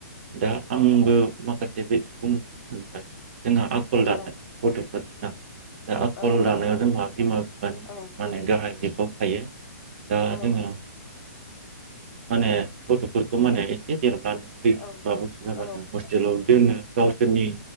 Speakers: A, on the right; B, on the left.
A: दा
B: औ
A: आंबो माखासे बे बुंबावनो सानबाय जोंहा आख'ल दानाय
B: औ
A: गथ'फोरनि नाम दा आख'ल
B: औ
A: दानायाव जोंहा बिमा बिफानि
B: औ
A: माने गाहाय गिदिर गब थायो। दा
B: औ
A: जोङो माने गथ'फोरखौ माने एसे देरब्लानो दै
B: औ
A: बोसोर बाबसु जाबानो
B: औ
A: हस्टेलाव दोनो गावसोरनि